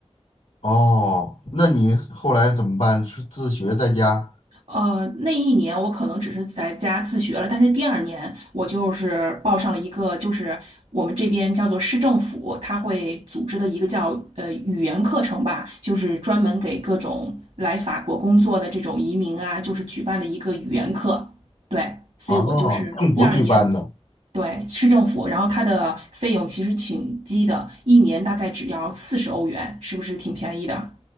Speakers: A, on the left; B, on the right.
A: 哦，那你后来怎么办？是自学在家？
B: 呃，那一年我可能只是在家自学了，但是第二年我就是报上了一个，就是我们这边叫做市政府，它会组织的一个叫呃语言课程吧，就是专门给各种来法国工作的这种移民啊，就是举办的一个语言课。对，所以我就是第二年，
A: 哦，政府举办的。
B: 对，市政府，然后它的费用其实挺低的，一年大概只要四十欧元，是不是挺便宜的？